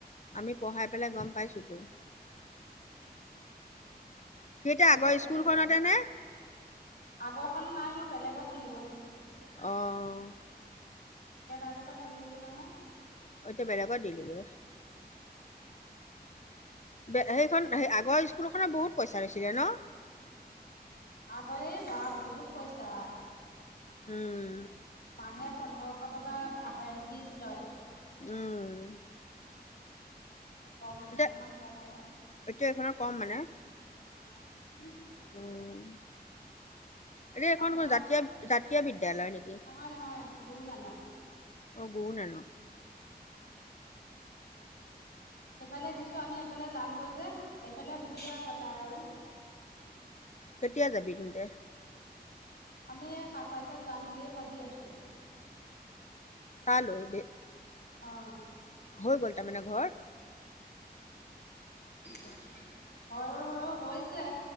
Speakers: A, on the left; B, on the left.
A: আমি পঢ়াই
B: বহুত
A: পেলাই গম
B: টকা
A: পাইছোটো।
B: যায়।
A: সি এতিয়া
B: বহুত
A: আগৰ
B: টকা
A: স্কুলখনতে
B: যায়।
A: নে?
B: আগৰখন নাই মই বেলেগত দিলো।
A: অ'।
B: একে তাৰ তাৰপা লৈ গ'লো নহয়।
A: অ', এতিয়া বেলেগত দিলি গৈ। বে সেইখন সেই আগৰ স্কুলখনত বহুত পইচা লৈছিলে ন?
B: আগৰ এ বা বহুত পইচা।
A: উম।
B: মাহে পোন্ধৰশ টকা ভা এ ফীজ লয়।
A: উম।
B: <unintelligible> কম
A: এতিয়া
B: অকণমান কম আৰু
A: এতিয়া এইখনৰ কম মানে।
B: অ'।
A: উম, এনে এইখন
B: আপোনাৰ
A: ক'ত জাতীয়, জাতীয় বিদ্যালয় নি?
B: নহয়, নহয় গুৰু নানক।
A: অ', গুৰুনানক।
B: উম। সেইফালে দিছো আমি এইফালে যামগৈ যে, সেইফালে সুবিধা হ'ব তাৰ আৰু।
A: কেতিয়া যাবি তহঁতে?
B: আমি এই সাতাইচত যাম বুলি ভাবি আছো।
A: তালৈ বে
B: অ'।
A: হৈ গ'ল তাৰমানে ঘৰ?
B: ঘৰ হৈছে,